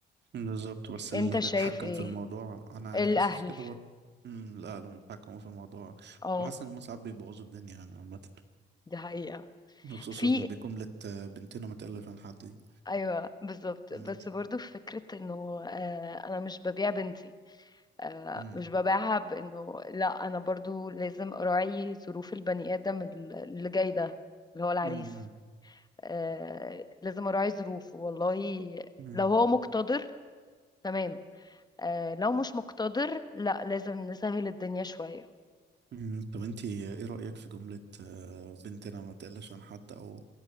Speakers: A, on the right (about 60°); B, on the left (about 20°).
A: بالظبط بس اللي
B: انت
A: بيتحكم
B: شايف ايه
A: في الموضوع انا يعني
B: الاهل
A: حاسس كده برضه امم لا اللي بيتحكموا في الموضوع
B: اه
A: بحس ان هم ساعات بيبوظوا الدنيا يعني عامة
B: دي حقيقة
A: خصوصا
B: في
A: بجملة آه، بنتنا ما تقلش عن حد دي
B: ايوه بالظبط
A: امم
B: بس برضو فكرة انه آه، انا مش ببيع بنتي آه،
A: امم
B: مش ببيعها بانه لا انا برضو لازم اراعي ظروف البني ادم ال- اللي جاي ده اللي هو العريس
A: امم
B: آه، لازم اراعي ظروفه والله
A: امم
B: لو هو مقتدر تمام آه، لو مش مقتدر لا لازم نسهل الدنيا شوية
A: أمم، طب انتي ايه رأيك في جملة آه، بنتنا ما تقلش عن حد او